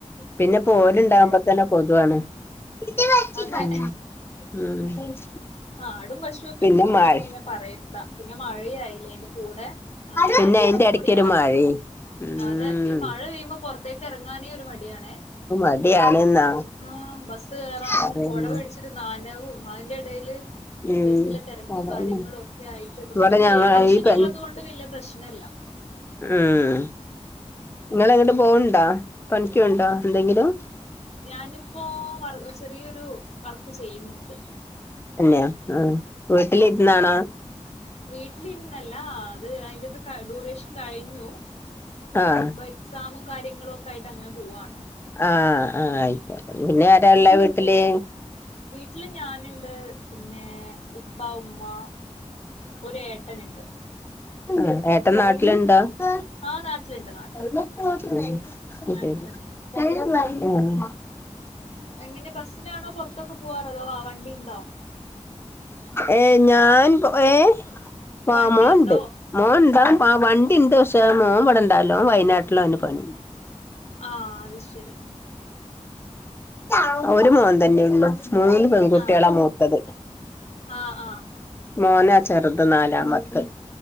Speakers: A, on the left; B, on the left.
A: പിന്നെ പ്പൊ ഓല്ണ്ടാവുമ്പോ
B: ആണല്ലേ
A: തന്നെ കൊതുആണ്. ഉം
B: അതെ
A: ഉം
B: കാടും പശു ഒക്കെണ്ടെങ്കി
A: പിന്നെ മഴ
B: ന്നാ പിന്നെ പറെയെണ്ടാ പിന്നെ മഴയും ആയ്ലെ അയ്ന്റെ കൂടെ ആഹ്
A: പിന്നെ
B: എല്ലാം
A: അയിന്റെ ഇടക്കൊരു
B: കൂടി ആകെ
A: മഴയും ഉം
B: അതെ ഈ മഴ പെയ്യ്മ്പോ പോറത്തേക്ക് എറങ്ങാനേ ഒര് മടിയാണേ.
A: അത് മടിയാണ്ന്നാ
B: ആഹ് ബസ്സ് കേറാനും
A: പറയണ്ട്
B: കൊട പിടിച്ചിട്ട് നനവും മകന്റെ എടേല്
A: ഉം
B: ബെസ്സ്ലെ തേരക്കും
A: അതന്നെ
B: കാര്യങ്ങളും ഒക്കെ ആയിട്ട് പ്പൊ
A: ഇവിടെ
B: പിന്നെ പ്രിയദേർശിനി
A: ഞങ്ങ ഈ പ
B: ഇള്ളത് കൊ ണ്ട് വല്ല്യാ പ്രശ്നല്ലാ
A: ഉം ഇങ്ങള് എങ്ങട്ടും പോവുണ്ടോ? പണിക്കിണ്ടോ എന്തെങ്കിലും
B: ഞാന്പ്പോ വർ ചെറിയൊരു വർക്ക് ചെയ്യ്ന്ന്ണ്ട്
A: ന്ന്യോ ആഹ് വീട്ടിലിര്ന്നാണോ
B: വീട്ടിലിരുന്നല്ലാ അത് അയിന്റെ ഇത് ഡ്യൂറേഷൻ കഴിഞ്ഞു
A: ആഹ്
B: ഇപ്പ ക്സാമും കാര്യങ്ങളും ഒക്കെ ആയിട്ടങ്ങനെ പോവാണ്
A: ആഹ് ആഹ് അയ്ക്കോട്ടേ പിന്നെ ആരാള്ളെ വീട്ടില്
B: വീട്ട്ല് ഞാന് ണ്ട്. പിന്നേ ഉപ്പാ, ഉമ്മാ ഒര് ഏട്ടന്ണ്ട്
A: ഉം ഏട്ടെൻ നാട്ട്ൽണ്ടോ <unintelligible>
B: ആ നാട്ടിലുണ്ട് നാട്ടിലുണ്ട് നാട്ടിൽ തന്നെയാ എങ്ങനെ ബസ്സ്നാണോ പോർത്തൊക്കെ പോവാറ് അതോ ആഹ് വണ്ടിണ്ടോ?
A: എഹ് ഞാൻ പൊ ഏഹ് ആഹ്
B: വണ്ടി
A: മോൻണ്ട്
B: ഉണ്ടോ
A: മോൻ ഇണ്ടാവും
B: ഉം
A: ആഹ് വണ്ടിണ്ട് പശ്ശെ മോംവടെ - അല്ലോംവയനാട്ടില ഓന് പണി.
B: ആഹ് അത്ശെരി.
A: ആഹ് ഒരു മോൻതന്നെള്ളൂ. മൂന്ന് പെങ്കുട്ട്യാളാ,
B: ആ
A: മൂ ത്തത്
B: ആ ആ
A: മോനാ ചെറ്ത് നാലാമത്തഹ്